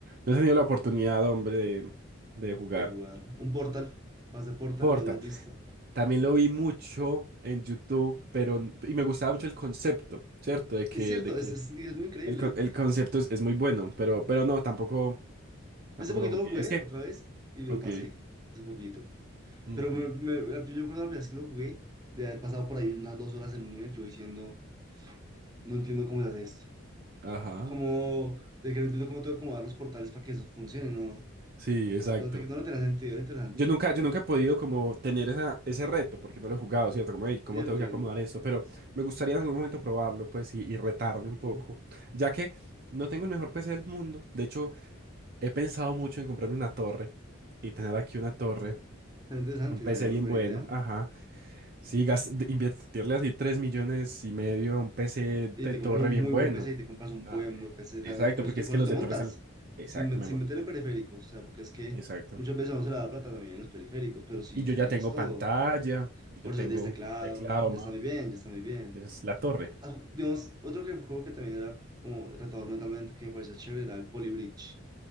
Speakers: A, on the right (about 45°); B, on the right (about 20°).
A: no he tenido la oportunidad, hombre, de, de jugar.
B: de jugar Un Portal, ¿juegas de Portal
A: Porta.
B: lo has visto?
A: También lo vi mucho en YouTube, pero, n- y me gustaba mucho el concepto, ¿cierto? De que,
B: Es cierto,
A: de que
B: es, es, es muy increíble.
A: el, con- el concepto es, es muy bueno, pero, pero no, tampoco, tampoco
B: Yo hace poquito
A: lo jugué.
B: lo jugué
A: Es que,
B: otra vez y lo
A: ok.
B: pasé, hace poquito.
A: ujú,
B: Pero me, me- la- yo me acuerdo la primera vez que lo jugué, de haber pasado por ahí unas dos horas en un nivel, yo diciendo, no entiendo cómo se hace esto.
A: Ajá,
B: Como, de que no entiendo cómo tengo que acomodar los portales para que eso funcione, no.
A: sí,
B: No, no,
A: exacto.
B: no, no le tenía sentido, era interesante.
A: Yo nunca, yo nunca he podido como tener esa, ese reto, porque no lo he jugado, ¿cierto? Como, "Ey, ¿cómo
B: Es divertido.
A: tengo que acomodar esto? Pero me gustaría en algún momento probarlo, pues, y, y retarme
B: Ujú.
A: un poco, ya que no tengo el mejor PC del mundo. De hecho, he pensado mucho en comprarme una torre y tener aquí una torre,
B: Era interesante,
A: un PC
B: sería muy
A: bien
B: buena
A: bueno,
B: idea.
A: ajá. Sí, gas- de- invertirle así 3 millones y medio a un PC
B: y
A: de
B: te
A: torre
B: compras un
A: bien
B: muy
A: bueno.
B: buen PC y te compras un
A: Ah,
B: buen,
A: eh,
B: buen PC, ¿sabes?
A: exacto,
B: Con
A: porque
B: eso te,
A: es
B: con
A: que
B: eso
A: los
B: te
A: de
B: montas,
A: torre salen... Exacto,
B: sin, me-
A: Memo,
B: sin meterle periféricos, o sea, porque es que
A: exacto.
B: muchas veces no se le da plata también en los periféricos, pero sí,
A: Y yo
B: ya
A: ya
B: tienes
A: tengo
B: todo.
A: pantalla, yo
B: Por
A: ya tengo
B: eso ya tienes teclado,
A: teclado,
B: ya está muy bien, ya está muy bien.
A: Es la torre.
B: Ah, digamos, otro que, juego que también era como retador mentalmente, que me parecía chévere, era el Poly Bridge.